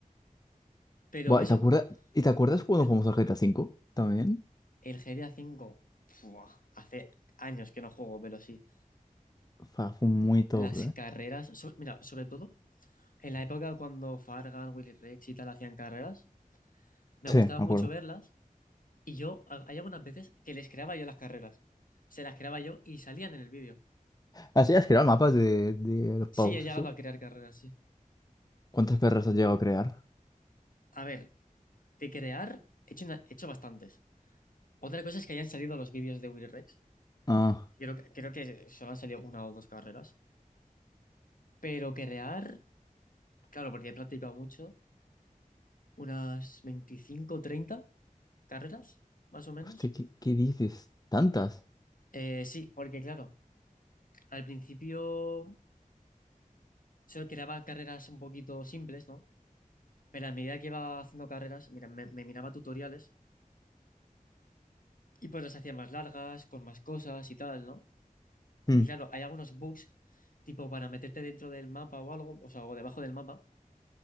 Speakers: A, on the left; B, on the left.
A: Pero
B: Bueno,
A: eso,
B: ¿te acuerdas? ¿Y te acuerdas cuando
A: eh,
B: jugamos al GTA cinco También.
A: el GTA V, ¡fua! hace años que no juego, pero sí.
B: Fa- Fue muy top,
A: Las
B: ¿eh?
A: carreras, so- mira, sobre todo en la época cuando Fargan, Willy Rex y tal hacían carreras, me
B: Sí,
A: gustaba
B: me
A: mucho
B: acuerdo.
A: verlas Y yo, ha- hay algunas veces que les creaba yo las carreras. Se las creaba yo y salían en el vídeo.
B: así ¿Hacías crear mapas de, de los pavos
A: Sí, he llegado
B: esos?
A: a crear carreras, sí.
B: ¿Cuántas perras has llegado a crear?
A: A ver, de crear, he hecho, una- he hecho bastantes. Otra cosa es que hayan salido los vídeos de Will Rex.
B: Ah,
A: Creo, que- creo que solo han salido una o dos carreras. Pero crear, claro, porque he practicado mucho, unas 25, 30 carreras, más o menos.
B: hostia, ¿qué, qué dices? ¿Tantas?
A: Eh, sí, porque claro, al principio solo creaba carreras un poquito simples, ¿no? Pero a medida que iba haciendo carreras, mira, me, me miraba tutoriales y pues las hacía más largas, con más cosas y tal, ¿no?
B: Mm.
A: Y claro, hay algunos bugs, tipo para meterte dentro del mapa o algo, o sea, o debajo del mapa.